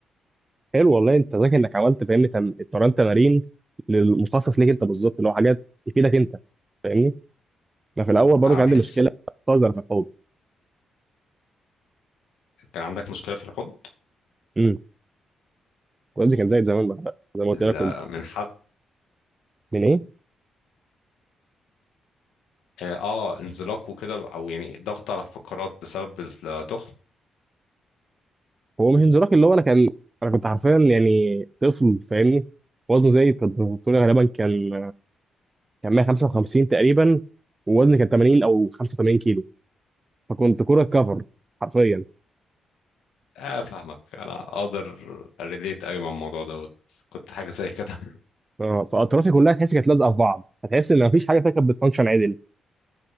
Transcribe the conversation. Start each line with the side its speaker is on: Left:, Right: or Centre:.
Right: حلو والله انت ذكي انك عملت فاهمني تم- اتمرنت تمارين للمخصص ليك انت بالظبط اللي هو حاجات تفيدك انت فاهمني انا في الاول برضه
Left: أنا
Right: كان
Left: بحس
Right: عندي مشكله قذره في الحوض
Left: كان عندك مشكلة في الحوض
Right: امم والدي كان زي زمان بقى زي ما قلت
Left: ال-
Right: لك كنت
Left: من حد
Right: من ايه
Left: اه آه، انزلاق وكده او يعني ضغط على الفقرات بسبب التخن
Right: هو مش انزلاق اللي هو انا كان انا كنت حرفيا يعني طفل فاهمني وزنه زي كنت بتقول غالبا كان كان 155 تقريبا ووزني كان 80 او 85 كيلو فكنت كرة كفر حرفيا
Left: اه فاهمك انا اقدر ريليت قوي مع الموضوع دوت كنت حاجه زي كده <laughs>
Right: اه فاطرافي كلها تحس كانت لازقه في بعض فتحس ان مفيش حاجه فيها كانت بتفانكشن عدل